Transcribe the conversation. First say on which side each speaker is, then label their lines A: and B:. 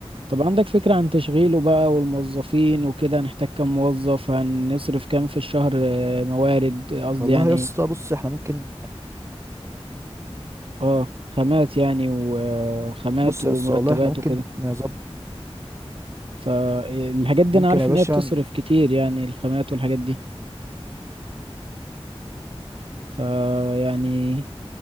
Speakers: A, on the right; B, on the right.
A: طب عندك فكرة عن تشغيله بقى والموظفين وكده هنحتاج كام موظف هنصرف كام في الشهر آه، موارد آه، قصدي
B: والله
A: يعني
B: يا اسطى بص احنا ممكن
A: اه خامات يعني وخامات
B: بص
A: ومرتبات
B: يا اسطى والله احنا ممكن
A: وكده
B: نظبط
A: فالحاجات دي
B: ممكن
A: انا عارف
B: يا باشا
A: ان هي بتصرف كتير يعني الخامات والحاجات دي فيعني